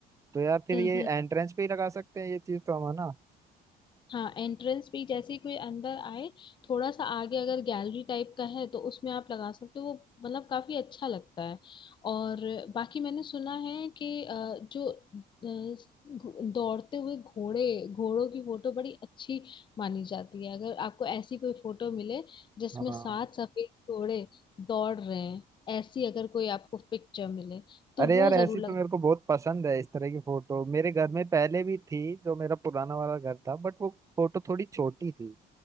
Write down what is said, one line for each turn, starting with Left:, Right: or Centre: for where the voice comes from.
Right: तो यार फिर
Left: हम्म
Right: ये एंट्रेंस पे ही लगा सकते हैं ये चीज तो हम है ना
Left: हाँ एंट्रेंस पे ही जैसे ही कोई अंदर आए थोड़ा सा आगे अगर गैलरी टाइप का है तो उसमें आप लगा सकते हो वो मतलब काफी अच्छा लगता है और बाकी मैंने सुना है कि अ, जो अ, घु- दौड़ते हुए घोड़े घोड़ों की फोटो बड़ी अच्छी मानी जाती है अगर आपको ऐसी कोई फोटो मिले जिसमें
Right: हाँ
Left: सात सफेद घोड़े दौड़ रहे हैं ऐसी अगर कोई आपको पिक्चर मिले तो
Right: अरे
Left: वो
Right: यार ऐसी
Left: जरूर
Right: तो
Left: लग
Right: मेरे को बहुत पसंद है इस तरह की फोटो मेरे घर में पहले भी थी जो मेरा पुराना वाला घर था बट वो फोटो थोड़ी छोटी थी